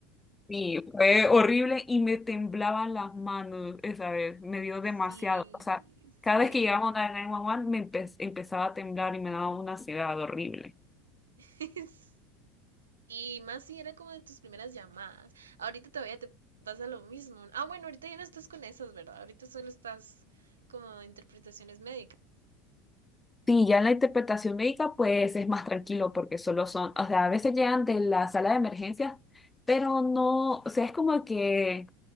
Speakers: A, on the left (about 15°); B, on the right (about 90°).
A: Sí, fue horrible y me temblaban las manos esa vez, me dio
B: Sí,
A: demasiado. O sea, cada
B: sí.
A: vez que llegaba una de 911 me empe- empezaba a temblar y me daba una ansiedad horrible.
B: <laughs> Y más si era como de tus primeras llamadas. Ahorita todavía te pasa lo mismo. Ah, bueno, ahorita ya no estás con esas, ¿verdad? Ahorita solo estás como interpretaciones médicas.
A: Sí, ya en la interpretación médica pues es más tranquilo porque solo son, o sea, a veces llegan de la sala de emergencias, pero no, o sea, es como que